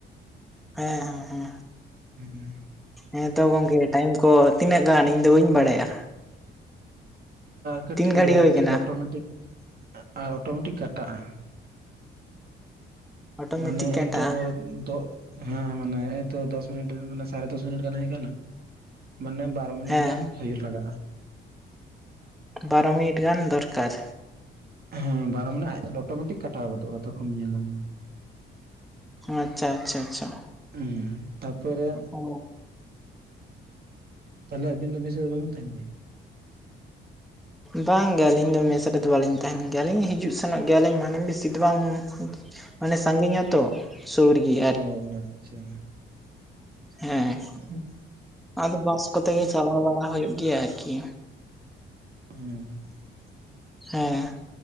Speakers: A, in the centre; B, on the right.
A: ᱦᱮᱸ ᱦᱮᱸ ᱦᱮᱸ
B: ᱦᱩᱸ
A: ᱦᱮᱸᱛᱚ ᱜᱚᱝᱠᱮ ᱴᱟᱭᱤᱢ ᱠᱚ ᱛᱤᱱᱟᱹᱜ ᱜᱟᱱ ᱤᱧ ᱫᱚ ᱵᱟᱹᱧ ᱵᱟᱲᱟᱭᱟ᱾
B: ᱠᱟᱹᱴᱤᱡ
A: ᱛᱤᱱ
B: ᱦᱩᱭᱩᱜᱼᱟ
A: ᱜᱷᱟᱹᱲᱤ ᱦᱩᱭ
B: ᱟᱡ ᱛᱮᱜᱮ
A: ᱠᱟᱱᱟ
B: ᱚᱴᱳᱢᱮᱴᱤᱠ ᱟᱨ ᱚᱴᱳᱢᱮᱴᱤᱠ ᱠᱟᱴᱟᱜᱼᱟ᱾
A: ᱚᱴᱳᱢᱮᱴᱤᱠ
B: ᱢᱟᱱᱮ ᱮᱜᱦᱮ
A: ᱠᱟᱴᱟᱜᱼᱟ
B: ᱱᱤᱛᱚᱜ ᱦᱮᱸ ᱢᱟᱱᱮ ᱮᱛᱚ ᱫᱚᱥ ᱢᱤᱱᱤᱴ ᱢᱟᱱᱮ ᱥᱟᱲᱮ ᱫᱚᱥ ᱢᱤᱱᱤᱴ ᱜᱟᱱ ᱦᱩᱭ ᱠᱟᱱᱟ ᱢᱟᱱᱮ ᱵᱟᱨ ᱢᱤᱱᱤᱴ
A: ᱦᱮᱸ
B: ᱜᱟᱱ ᱦᱩᱭᱩᱜ ᱞᱟᱜᱟᱜᱼᱟ᱾
A: ᱵᱟᱨᱚ ᱢᱤᱱᱤᱴ ᱜᱟᱱ ᱫᱚᱨᱠᱟᱨ᱾
B: ᱦᱮᱸ ᱵᱟᱨᱚ ᱢᱤᱱᱤᱴ ᱟᱡ ᱫᱚ ᱚᱴᱚᱢᱮᱴᱤᱠ ᱠᱟᱴᱟᱣ ᱜᱚᱫᱚᱜᱼᱟ ᱛᱚᱠᱷᱚᱱ ᱧᱮᱞᱟ᱾
A: ᱟᱪᱪᱷᱟ ᱟᱪᱪᱷᱟ ᱟᱪᱪᱷᱟ
B: ᱩᱸ ᱛᱟᱨᱯᱚ ᱨᱮ?
A: ᱚ
B: ᱛᱟᱦᱞᱮ ᱟᱹᱵᱤᱱ ᱫᱚ ᱢᱮᱥ ᱫᱚ ᱵᱟᱵᱤᱱ ᱛᱟᱦᱮᱱ ᱜᱮᱭᱟ᱾
A: ᱵᱟᱝ ᱜᱮ ᱟᱹᱞᱤᱧ ᱫᱚ ᱢᱮᱥ ᱨᱮᱫᱚ ᱵᱟᱞᱤᱧ ᱛᱟᱦᱮᱱ ᱜᱮᱭᱟᱞᱤᱧ ᱦᱤᱡᱩᱜ ᱥᱮᱱᱚᱜ ᱜᱮᱭᱟᱞᱤᱧ ᱢᱟᱱᱮ ᱵᱮᱥᱤ ᱪᱮᱫ ᱵᱟᱝ ᱢᱟᱱᱮ ᱥᱟᱺᱜᱤᱧ ᱟ ᱛᱚ ᱥᱩᱨ ᱜᱮᱭᱟ ᱾
B: ᱚ ᱟᱪᱪᱷᱟ
A: ᱦᱮᱸ
B: ᱦᱩᱸ
A: ᱟᱫᱚ ᱵᱟᱥ ᱠᱚᱛᱮ ᱜᱮ ᱪᱟᱞᱟᱣ ᱵᱟᱲᱟ ᱦᱳᱭᱳᱜ ᱜᱮᱭᱟ ᱟᱨᱠᱤ
B: <unintelligible>
A: ᱦᱮᱸ᱾